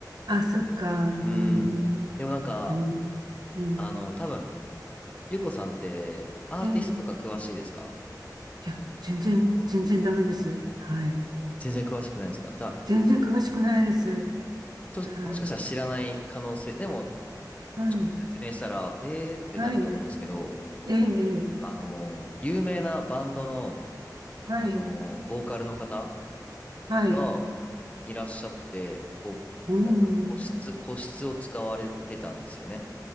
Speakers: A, on the right; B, on the left.
A: あ、そっか。うん。
B: うん。でもなんか、
A: うん。うん。
B: あの、多分、ゆうこさんってアーティストとか詳しいですか
A: ええ。いや、全然、全然ダメです。はい。
B: 全然詳しくないですかだから、
A: 全然詳しくないです。
B: ちょもしかしたら知らない可能性、
A: はい。
B: でも
A: はい。
B: 説明したら、えーってなると思うんですけど、
A: はい。ええ、ええ
B: あの、有名なバンドの、
A: はい。
B: あの、ボーカルの方
A: はい。
B: がいらっしゃって、こう、
A: うん。
B: なんか個室、個室を使われてたんですよね。